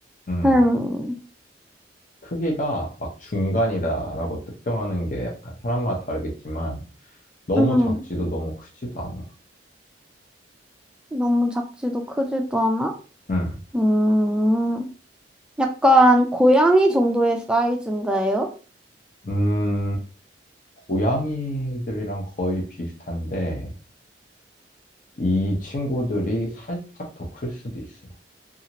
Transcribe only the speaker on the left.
음.
크기가 막 중간이다라고 특정하는 게 약간 사람마다 다르겠지만, 너무
작지도 너무 크지도 않아.
음.
음, 고양이들이랑 거의 비슷한데, 이 친구들이 살짝 더 클 수도 있어.